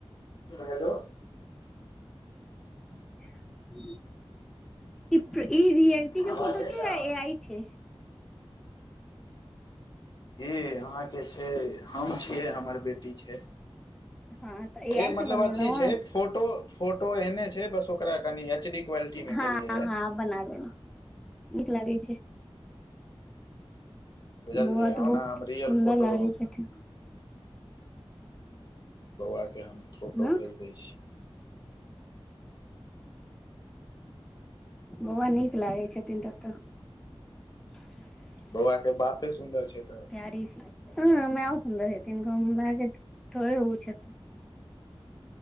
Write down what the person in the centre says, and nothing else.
<inaudible> ई प ई रियलिटी के
फोटो
छै या ए आइ छै?
हँ तऽ
आई
से बनेलहुं
हां
हां बना लेना। नीक लागै छै।
बउआ तऽ
बहुत
सुन्दर
लागै छथिन।
ह
बौआ नीक लागै छथिन त तऽ <inaudible>
प्यारी सी लागै छै मायो सुन्दर हेथीन कोनो माय के थोड़े ओ छथिन